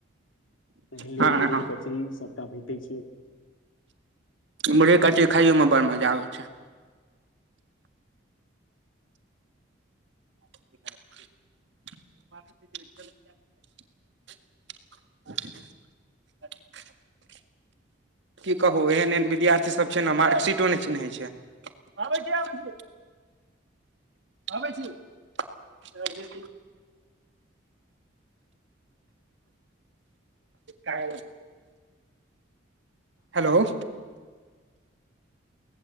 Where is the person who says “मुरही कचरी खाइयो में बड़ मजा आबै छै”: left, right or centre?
Right